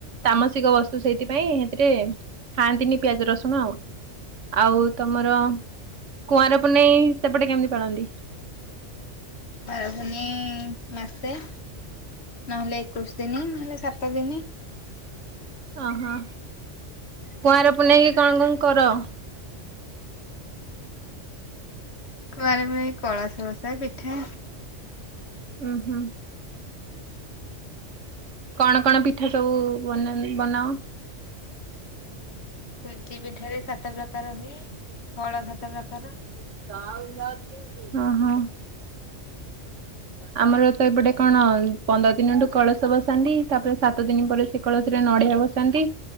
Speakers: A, on the right; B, on the left.
A: ତାମସିକ ବସ୍ତୁ ସେଇଥିପାଇଁ ସେଥିରେ ଖାଆନ୍ତିନି ପିଆଜ ରସୁଣ ଆଉ। ଆଉ ତମର କୁଆଁର ପୁନେଇ ସେପଟେ କେମିତି ପାଳନ୍ତି?
B: କୁଆଁର ପୁନେଇଁ ମାସେ ନହେଲେ ଏକୋଇଶି ଦିନ ନହେଲେ ସାତ ଦିନ।
A: ଅହ! କୁଆଁର ପୁନେଇକି କଣ କଣ କର?
B: କୁଆଁରପୁନେଇ କଳସ ବସା ପିଠା
A: ଉ ହୁଁ। କଣ କଣ ପିଠା ସବୁ ବନା ହୁଏ ବନାଓ?
B: ସୁଜି ପିଠାରେ ସାତ ପ୍ରକାର ହୁଏ, ଫଳ ସାତ ପ୍ରକାର।
A: <unintelligible> ଅ ହଁ। ଆମର ତ ଏପଟେ କଣ ପନ୍ଦର ଦିନଠୁ କଳସ ବସାନ୍ତି ତାପରେ ସାତ ଦିନ ପରେ ସେ କଳସିରେ ନଡିଆ ବସାନ୍ତି